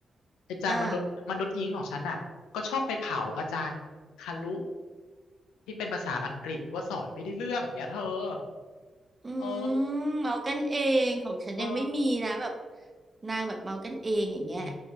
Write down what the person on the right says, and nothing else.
อ่า
อื
มเมากันเองของฉันยังไม่มีนะแบบ
นางแบบเมากันเองอย่างเงี้ย